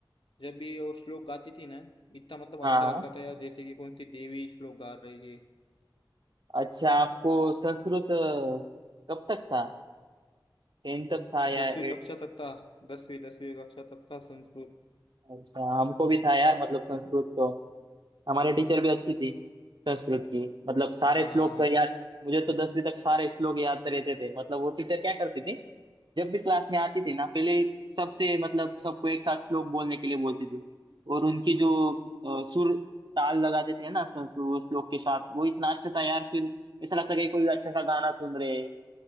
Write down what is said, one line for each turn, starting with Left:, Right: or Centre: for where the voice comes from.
Left: जब भी वो श्लोक गाती थी ना इतना मतलब
Right: हाँ
Left: अच्छा लगता
Right: हाँ
Left: था यार जैसे कि कौन सी देवी श्लोक गा रही है
Right: अच्छा आपको संस्कृत अ, कब तक था टेन तक था या
Left: दसवीं
Right: एट
Left: कक्षा तक था दसवीं दसवीं कक्षा तक था संस्कृत
Right: अच्छा हमको भी था यार मतलब संस्कृत तो हमारे टीचर भी अच्छी थी संस्कृत की मतलब सारे
Left: हाँ हाँ
Right: श्लोक
Left: हाँ
Right: तो याद मुझे तो दसवीं तक सारे श्लोक याद तो रहते थे मतलब वो टीचर क्या करती थी जब भी क्लास में आती थी ना पहले सबसे मतलब सबको एक साथ श्लोक बोलने के लिए बोलती थी और उनकी जो अ, सुर ताल लगाते थे ना सब वो श्लोक के साथ वो इतना अच्छा था यार फिर ऐसा लगता कि कोई अच्छा सा गाना सुन रहे हैं।